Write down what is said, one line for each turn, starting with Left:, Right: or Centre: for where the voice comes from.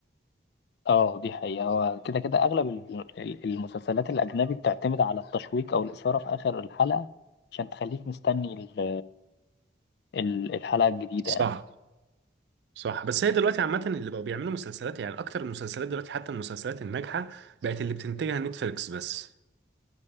Left: اه دي حقيقة هو كده كده اغلب ال- ال- المسلسلات الاجنبي بتعتمد على التشويق او الاثارة في اخر الحلقة عشان تخليك مستني ال- ال- الحلقة الجديدة
Right: صح
Left: يعني
Right: صح بس هي دلوقتي عامة اللي بقوا بيعملوا مسلسلات يعني اكتر المسلسلات دلوقتي حتى المسلسلات الناجحة بقت اللي بتنتجها نتفليكس بس